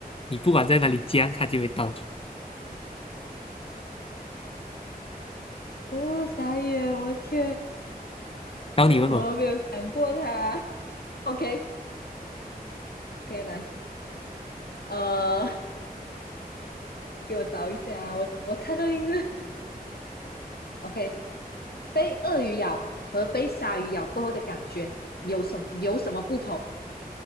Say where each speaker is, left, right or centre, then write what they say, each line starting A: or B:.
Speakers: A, on the left; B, on the left.
A: 你不管在哪里讲，他就会到。
B: 哦，傻眼！我的天，
A: 然后你问我
B: 我都没有想过他。OK，OK，来，呃，给我找一下啊，我我看到一个，OK，被鳄鱼咬和被鲨鱼咬过后的感觉有什有什么不同？